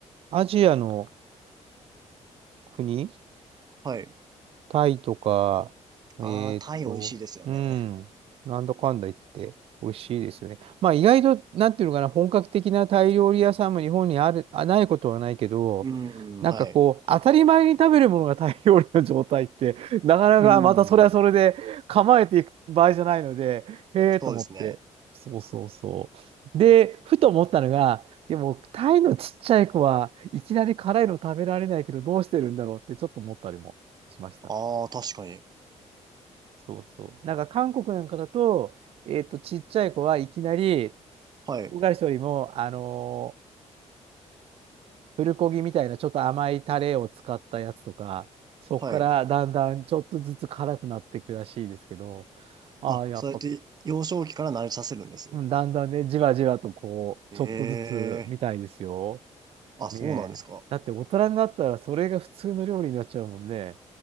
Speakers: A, on the right (about 50°); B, on the right (about 35°).
A: アジアの国
B: はい。
A: タイとか、えーっと、
B: ああ、タイ美味しいですよね。
A: うん、なんだかんだ言って、美味しいですよね。まあ意外と、なんていうのかな、本格的なタイ料理屋さんも日本にある、あ、ないことはないけど、
B: うん、
A: なんかこう、
B: はい。
A: 当たり前に食べるものがタイ料理の状態って、なかなかまたそれはそれで構えていく場合じゃないので、
B: うん、
A: へえと思って。
B: そうですね。
A: そうそうそう。で、ふと思ったのが、でも、タイのちっちゃい子はいきなり辛いの食べられないけど、どうしてるんだろうってちょっと思ったりもしました。
B: ああ、確かに。
A: そうそう。なんか韓国なんかだと、えっと、ちっちゃい子はいきなり、
B: はい、
A: 唐辛子よりも、あのープルコギみたいなちょっと甘いタレを使ったやつとか、そこからだんだんちょっとずつ辛くなっていくらしいですけど、
B: はい。
A: ああ、
B: あ、
A: やっぱ、
B: そうやって幼少期から慣れさせるんです。
A: うん、だんだんね、じわじわとこう、
B: ええ
A: ちょっとずつみたいですよ。
B: あ、
A: ねえ。
B: そうなんですか。
A: だって大人になったらそれが普通の料理になっちゃうもんね。